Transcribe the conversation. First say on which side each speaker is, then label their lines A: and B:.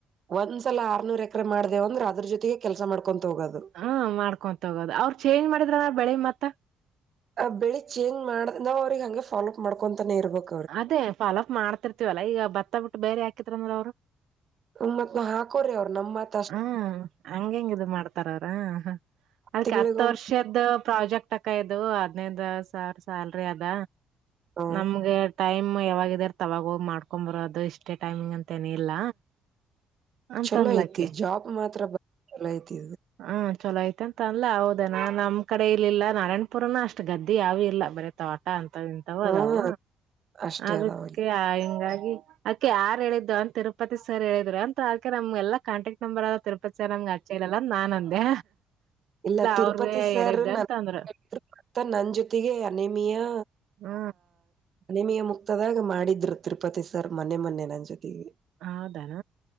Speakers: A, on the right (about 55°); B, on the right (about 70°).
A: ಒಂದ್ಸಲ ಆರ್ನೂರ್ ಎಕರೆ ಮಾಡ್ದೇವ ಅಂದ್ರೆ ಅದ್ರ ಜೊತೆಗೆ ಕೆಲ್ಸ ಮಾಡ್ಕೊಂತ ಹೋಗೋದು
B: ಹ್ಮ ಮಾಡ್ಕೊಂತ ತೋಗೋದು ಅವ್ರರು ಚೇಂಜ್ ಮಾಡಿದ್ರ ನ ಬೆಳಿಗ್ ಮತ್ತ.
A: ಆ ಬೆಳಿ ಚೇಂಜ್ ಮಾಡ್ ನಾವ್ ಅವ್ರಿಗೆ ಹಂಗೆ ಫಾಲೋ ಅಪ್ ಮಾಡ್ಕೊಂತಾನೇ ಇರ್ಬೇಕು.
B: ಅದೇ ಫಾಲೋ ಅಪ್ ಮಾಡ್ತಿರ್ತಿವಲ್ಲಾ ಈಗ ಬತ್ತ ಬಿಟ್ಟು ಬೇರೆ ಹಾಕಿದ್ರಂದ ಅವ್ರು.
A: ನಮ್ಮತ್ ನ ಹಾಕೋರಿ ಅವ್ ನಮ್ಮತ್.
B: ಹ್ಮ್ ಹಂಗ ಹೆಂಗದು ಮಾಡ್ತಾರ ಅವ್ರ ಅದ್ಕ್ಕೆ
A: ತಿಂಗಳಿಗೊಮ್ಮ
B: ಹತ್ತು ವರ್ಷದ ಪ್ರಾಜೆಕ್ಟ್. ತಕ ಇದು ಹದ್ನೈದು ಸಾವಿರ ಸಲ್ರಿ ಅದ
A: ಹ
B: ನಮಗೆ ಟೈಮ್. ಯಾವಾಗಿದಾರ ತಗಾಗೋಗ್ ಮಾಡ್ಕೊ್ ಬರೋ ಅದು ಇಷ್ಟೇ ಟೈಮಿಂಗ್ ಅಂತೇನ ಇಲ್ಲ.. ಅಂತನ್ಲಕ್ಕೆ
A: ಚಲೋ ಐತಿ ಜಾಬ್ ಮಾತ್ರ ಬ ಚಲೋ ಐತಿ.
B: ಹ ಚಲೋ ಆಯ್ತ ಅಂತ ಅಲ್ಲ ಹೌದೇನಾ ನಮ್ ಕಡೆ ಇಲ್ಲಿಲ್ಲ ನಾರಾಯಣಪುರನ ಅಷ್ಟ್ ಗದ್ದಿ ಯಾವ ಇಲ್ಲ ಬರೀ ತೋಟ. ಕಾಣಂತ ತಿಂತ ಹದಾವ
A: ಹಾ ಅಷ್ಟೇ
B: ಅದಕ್ಕೆ
A: ಅದಾವಲ್ಲಿ
B: ಆ ಹಿಂಗಾಗಿ. ಅದಕ ಯಾರ ಹೇಳಿದ್ದು ಅಂತ ತಿರುಪತಿ ಸರ್ ಹೇಳಿದ್ರು ಅಂತ ಅದ್ಕ ನಮ್ಗೆಲ್ಲ ಕಾಂಟೆಕ್ಟ್. ನಂಬರ್ದ ತಿರುಪತಿಯ ನಂಗೆ ಅಚ್ಚೆಲಲ್ಲ ನಾನ್ ಅಂದೆ.
A: ಇಲ್ಲ ತಿರುಪತಿ
B: ಅವ್ರೇ
A: ಸರ್
B: ಹೇಳಿದ್ದ
A: ನರು
B: ಅಂತ ಅಂದ್ರು
A: ನನ್ ಜೊತೆಗೆ ಅನೇಮಿಯಾ.
B: ಹ್ಮ
A: ಮನೆ ಮೀ ಮುಕ್ತದಾಗ ಮಾಡಿದ್ರು ತಿರುಪತಿ ಸರ್ ಮನೆ ಮೊನ್ನೆ ನನ್ ಜೊತೆಗೆ.
B: ಹೌದಾನ